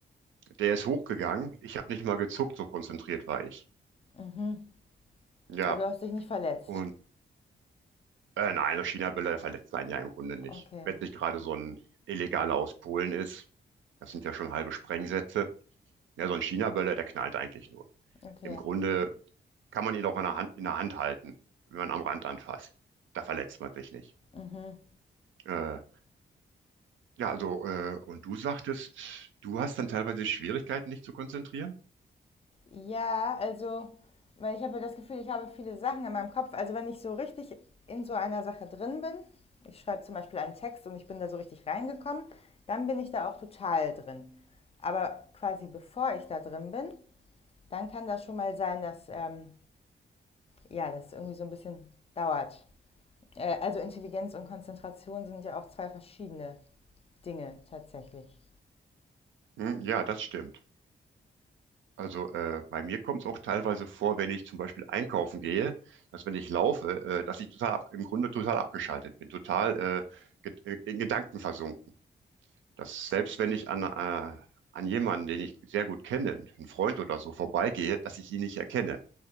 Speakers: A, on the right; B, on the left.
A: Der ist hochgegangen. Ich habe nicht mal gezuckt, so konzentriert war ich.
B: Mhm.
A: Ja,
B: Aber du hast dich nicht verletzt.
A: und äh, nein, der China-Böller, der verletzt einen ja im Grunde nicht.
B: Okay.
A: Wenn es nicht gerade so ein illegaler aus Polen ist, das sind ja schon halbe Sprengsätze. Ja, so ein China-Böller, der knallt eigentlich nur.
B: Okay.
A: Im Grunde kann man ihn auch in der Hand, in der Hand halten, wenn man am Rand anfasst. Da verletzt man sich nicht.
B: Mhm.
A: Äh, ja, also, äh, und du sagtest, du hast dann teilweise Schwierigkeiten, dich zu konzentrieren?
B: Ja, also, weil ich habe das Gefühl, ich habe viele Sachen in meinem Kopf. Also wenn ich so richtig in so einer Sache drin bin, ich schreibe zum Beispiel einen Text und ich bin da so richtig reingekommen, dann bin ich da auch total drin. Aber quasi bevor ich da drin bin, dann kann das schon mal sein, dass ähm, ja, das irgendwie so ein bisschen dauert. Äh, also Intelligenz und Konzentration sind ja auch zwei verschiedene Dinge tatsächlich.
A: Hm, ja, das stimmt. Also äh, bei mir kommt es auch teilweise vor, wenn ich zum Beispiel einkaufen gehe, dass wenn ich laufe, äh, dass ich total ab, im Grunde total abgeschaltet bin, total äh, ged- äh, in Gedanken versunken. Dass selbst wenn ich an, äh, an jemanden, den ich sehr gut kenne, einen Freund oder so, vorbeigehe, dass ich ihn nicht erkenne.